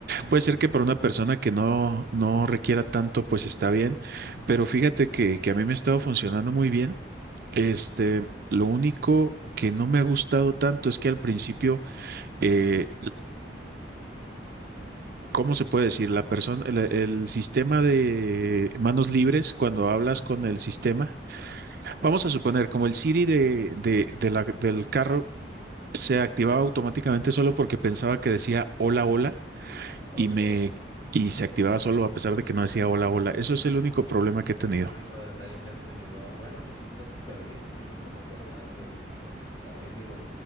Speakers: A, on the right; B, on the left.
A: Puede ser que para una persona que no, no requiera tanto, pues está bien, pero fíjate que, que a mí me ha estado funcionando muy bien. Este, lo único que no me ha gustado tanto es que al principio eh, ¿cómo se puede decir? La persona, el, el sistema de manos libres, cuando hablas
B: Ajá.
A: con el sistema, vamos a suponer, como el Siri de, de, de la, del carro se activaba automáticamente solo porque pensaba que decía hola, hola
B: Ok,
A: y me
B: el
A: y se activaba solo a pesar de que no decía hola, hola. Eso es el único problema que he tenido.
B: único detalle que has tenido. Bueno, pues está súper bien. Si no te ha pasado nada por el estilo, pues está bien. Digo,